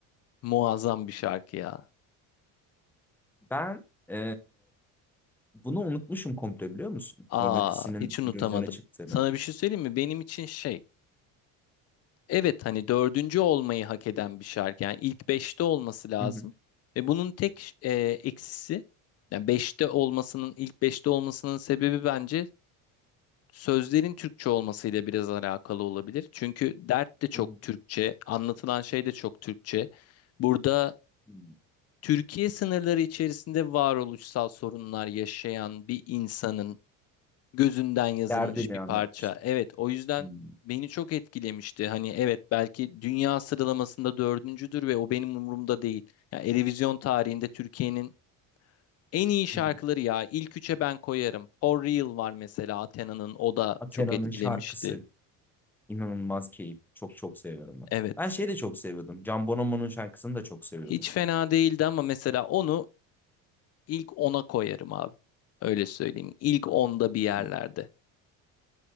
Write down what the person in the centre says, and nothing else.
Ben e, bunu unutmuşum komple biliyor musun?
Mor ve Ötesi'nin
Eurovision'a çıktığını.
Hı hı.
Hı hı.
Hı.
derdini
anlatmışlar.
Hmm.
Hı hı.
Athena'nın
şarkısı inanılmaz keyif. Çok çok seviyorum ben.
Ben şeyi de çok seviyordum. Can Bonomo'nun şarkısını da çok seviyordum.
Hmm.